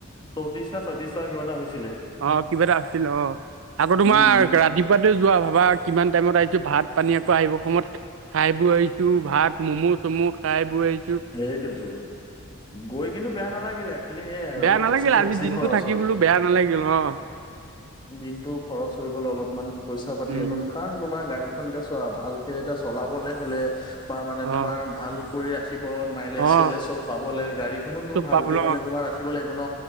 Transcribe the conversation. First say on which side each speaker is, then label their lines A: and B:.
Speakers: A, on the left; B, on the right.
A: চৌত্ৰিশ ন ছয়ত্ৰিশ টকা কিবা এটা হৈছিলে।
B: অ কিবা এটা আছিল অ আকৌ তোমাৰ
A: উম,
B: ৰা তিপুৱাতে যোৱা ভাবা কিমান টাইমত আহিছো ভাত পানী আকৌ আহিব সময়ত খাই বৈ আহিছো ভাত ম'ম' চম' খাই বৈ আহিছো।
A: সেইটোতো গৈ কিন্তু বেয়া নালাগিলে। খালি সেয়াই আৰু
B: বেয়া
A: অলপ
B: নালাগিল
A: পইচাটো
B: আজি
A: বেছি
B: দিনটো
A: খৰচ
B: থাকি
A: হ'ল।
B: বোলো বেয়া নালাগিল অ
A: দিনটো খৰচ হৈ গ'ল অলপমান পইচা পাতি
B: উম
A: অকন কাৰণ তোমাৰ গাড়ী এখন এতিয়া চোৱা ভালকে যেতিয়া চলাবলে হ'লে বা মানে তোমাৰ
B: অ
A: ভাল কৰি ৰাখি ব মাইলেজ
B: অ
A: চাইলেজ চব পাবলে গাড়ীখনো
B: চব
A: ভালক
B: পাবল
A: মানে
B: অ
A: তোমাৰ ৰাখিব লাগিব ন।